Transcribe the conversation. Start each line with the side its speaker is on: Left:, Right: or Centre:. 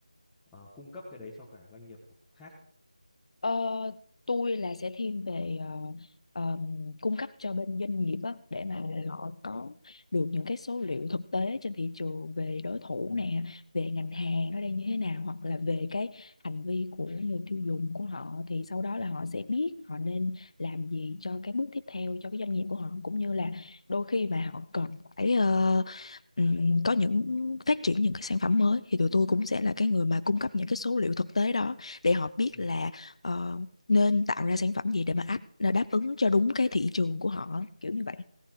Centre: ờ, cung cấp cái đấy cho cả doanh nghiệp khác.
Left: Ờ, tôi là sẽ thiên về ờ, ờ, cung cấp cho bên doanh nghiệp á, để mà họ có được những cái số liệu thực tế trên thị trường về đối thủ
Centre: Ừ.
Left: nè, về ngành hàng nó đang như thế nào hoặc là về cái hành vi của người tiêu dùng của họ thì sau đó là họ sẽ biết họ nên làm gì cho cái bước tiếp theo cho cái doanh nghiệp của họ cũng như là đôi khi mà họ cần phải ờ, ừm, có những phát triển những cái sản phẩm mới thì tụi tôi cũng sẽ là cái người mà cung cấp những cái số liệu thực tế đó để họ biết
Centre: Ừ.
Left: là ờ, nên tạo ra sản phẩm gì để mà áp đáp ứng cho đúng cái thị trường của họ kiểu như vậy